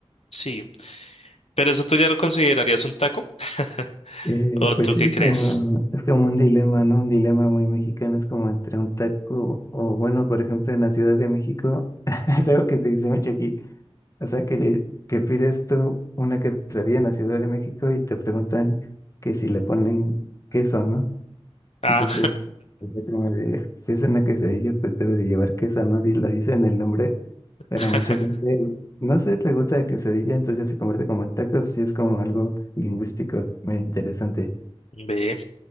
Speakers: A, on the left (about 80°); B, on the left (about 30°).
A: sí, pero eso tú ya lo considerarías un taco <laughs>
B: Eh,
A: o
B: pues
A: tú
B: sí,
A: qué
B: es
A: crees?
B: como, es como un dilema, ¿no? Un dilema muy mexicano, es como entre un taco o, bueno, por ejemplo, en la Ciudad de México, <laughs> es algo que se dice mucho aquí, o sea, que, le- que pides tú una quesadilla en la Ciudad de México y te preguntan que si le ponen queso, ¿no?
A: Ah,
B: Entonces, pues, ya como de, si es una quesadilla, pues debe de llevar queso, ¿no? Y lo dice en el nombre, pero
A: <laughs>
B: a mucha gente, no sé, le gusta la quesadilla, entonces ya se convierte como en taco, pues sí es como algo lingüístico muy interesante.
A: ve,